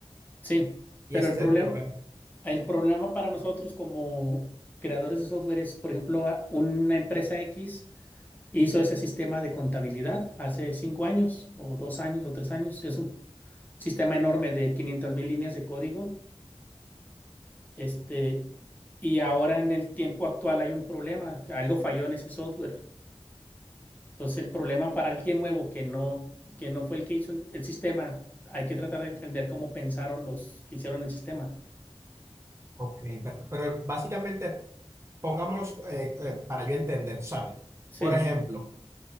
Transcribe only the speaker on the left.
Sí,
pero
el
problema,
el problema para nosotros como creadores de software es, por ejemplo, a- una empresa X hizo ese sistema de contabilidad hace cinco años o dos años o tres años. Es un sistema enorme de 500 mil líneas de código. Este, y ahora en el tiempo actual hay un problema, que algo falló en ese software. Entonces el problema para alguien nuevo que no, que no fue el que hizo el, el sistema, hay que tratar de entender cómo pensaron los que hicieron el sistema.
Sí,